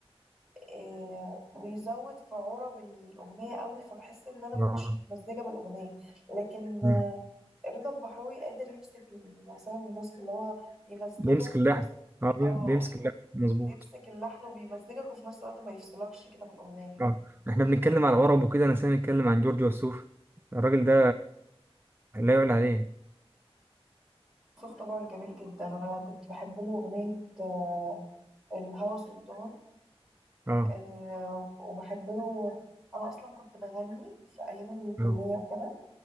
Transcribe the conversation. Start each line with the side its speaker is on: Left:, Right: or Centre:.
Centre: آه، بيزود في عرب الاغنيه قوي فبحس ان انا مش
Right: اه
Centre: متمزجه بالاغنيه لكن
Right: مم.
Centre: آه، رضا البحراوي قادر يمسك العصايه من النص اللي هو يمزجك
Right: بيمسك اللحن
Centre: وفي نفس الوقت
Right: اه بي-
Centre: اه
Right: بيمسك اللحن مظبوط
Centre: بيمسك اللحن وبيمزجك وفي نفس الوقت ما يفصلكش كده من الاغنيه
Right: اه احنا بنتكلم على عرب وكده انا سامي نتكلم عن جورج وسوف الراجل ده لا يعلى عليه
Centre: صوت طبعا جميل جدا انا كنت بحب له اغنيه آه، الهوى سلطان
Right: اه
Centre: آه، وبحب له انا اصلا كنت بغني في ايام الكليه
Right: اه
Centre: وكده